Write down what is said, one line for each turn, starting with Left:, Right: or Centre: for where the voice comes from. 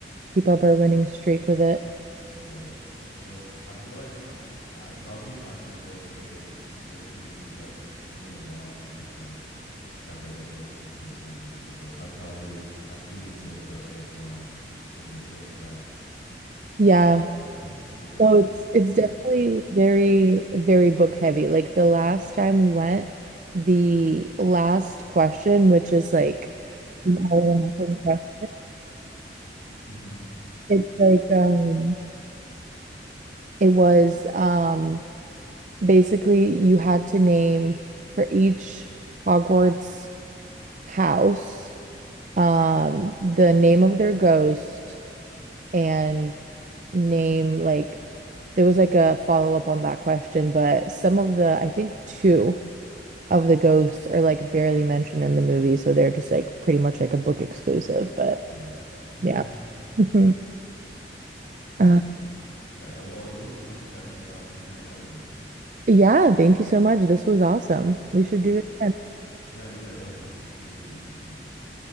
Right: keep up our winning streak with it.
Left: Yeah. Though I feel like I, I probably not do so well because compared to the movies, I've s- it's been a while since uh I've read the books compared to the movies. So I probably I'd probably need to brush up on some of the book facts
Right: Yeah.
Left: to <laughs> to get a
Right: So it's it's
Left: to win.
Right: definitely
Left: <laughs>
Right: very, very book heavy. Like the last time we went, the last question, which is like an all or nothing question,
Left: Mhm.
Right: it's like um it was um basically you had to name for each Hogwarts house, um, the name of their ghost, and
Left: Oh,
Right: name like there was like a follow-up on that question, but some of the I think two of the ghosts are like barely mentioned in the movie, so they're just like pretty much like a book exclusive, but
Left: yeah. <laughs>
Right: yeah. <laughs>
Left: Well,
Right: Uh,
Left: yeah. Well, it was fun chatting about Harry Potter with you.
Right: yeah, thank you so much. This was awesome. We should
Left: Yeah.
Right: do it again.
Left: Yeah. Yeah. Definitely. We need to do it again sometime